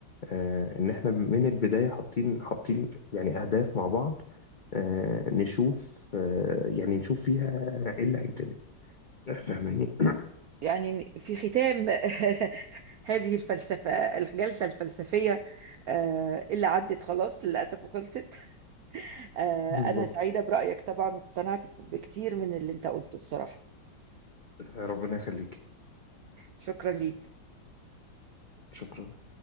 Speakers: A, on the left; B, on the right.
A: آه، ان احنا من البداية حاطين حاطين يعني اهداف مع بعض آه، نشوف آه، يعني نشوف فيها ايه اللي هيتم <laughs> فاهماني
B: يعني في ختام <laughs> هذه الفلسفة الجلسة الفلسفية آه، اللي عدت خلاص للأسف وخلصت آه،
A: بالظبط
B: أنا سعيدة برأيك طبعا واقتنعت بكتير من اللي أنت قلته بصراحة
A: ربنا يخليك
B: شكرا ليك
A: شكرا